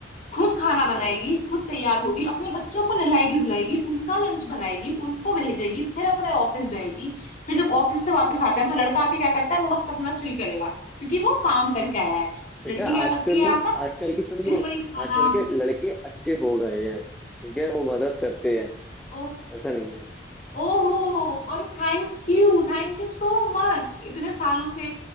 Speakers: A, on the left (about 45°); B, in the centre.
A: खुद खाना
B: अच्छा
A: बनाएगी खुद तैयार होगी अपने बच्चों को नहलाएगी धुलाएगी उनका लंच बनाएगी उनको भेजेगी फिर अपने ऑफिस जाएगी फिर जब ऑफिस से वापस आते हैं तो लड़का आके क्या करता है मस्त अपना चिल करेगा क्योंकि वो काम करके आया है
B: बेटा
A: लड़की क्या
B: आजकल
A: करती है
B: ना
A: आकर
B: आजकल की सुनो
A: फिर
B: सुनो
A: वही खाना
B: आजकल के लड़के अच्छे हो गए हैं ठीक है वो मदद करते हैं
A: ओ
B: ऐसा नहीं है
A: ओहो और thank you thank you so much इतने सालों से